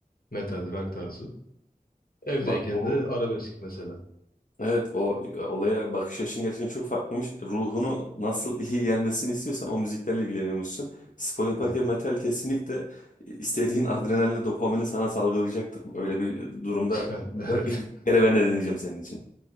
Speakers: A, on the left (about 80°); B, on the left (about 60°).
A: Metal, rock tarzı. Evdeyken
B: Bak o
A: de arabesk mesela.
B: evet o olaya bakış açın gerçekten çok farklıymış. Ruhunu nasıl iyi gelmesini istiyorsan o müziklerle ilgileniyormuşsun. Spor yaparken
A: Evet.
B: metal kesinlikle e, istediğin adrenalinle dopamini sana salgılayacaktır. Öyle bir durumda
A: <laughs> Evet.
B: bir kere ben de deneyeceğim senin için.